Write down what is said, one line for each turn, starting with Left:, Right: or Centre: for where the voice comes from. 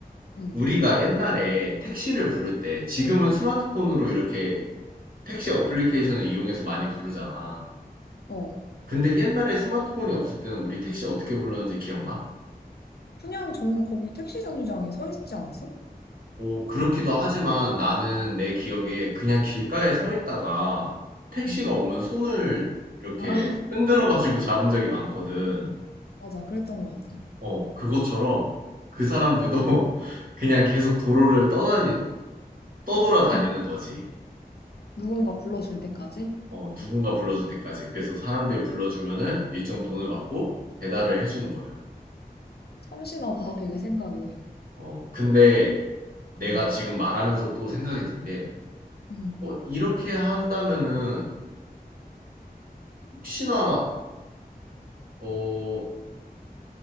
Left: 응,
Right: 우리가 옛날에 택시를 부를 때 지금은 스마트폰으로 이렇게 택시 어플리케이션을 이용해서 많이 부르잖아.
Left: 어.
Right: 근데 옛날에 스마트폰이 없을 때는 우리 택시 어떻게 불렀는지 기억나?
Left: 그냥 정, 거기 택시 정류장에 서 있지 않았어?
Right: 오, 그렇기도 하지만 나는 내 기억에 그냥 길가에 서 있다가 택시가
Left: 응.
Right: 오면 손을 이렇게
Left: 아, <laughs>
Right: 흔들어가지고 <laughs> 잡은 적이 많거든.
Left: 맞아. 그랬던 것 같아.
Right: 어, 그것처럼 그 사람들도 <laughs> 그냥 계속 도로를 떠다니, 떠돌아
Left: 아,
Right: 다니는
Left: 그냥
Right: 거지.
Left: 누군가 불러줄 때까지?
Right: 어, 누군가 불러줄 때까지. 그래서 사람들이
Left: 어,
Right: 불러주면은 일정 돈을 받고 배달을 해주는 거야.
Left: 참신하다, 되게 생각이.
Right: 어, 근데 내가
Left: 응,
Right: 지금 말하면서 또 생각이 든 게,
Left: 응.
Right: 어, 이렇게 한다면은 혹시나 어,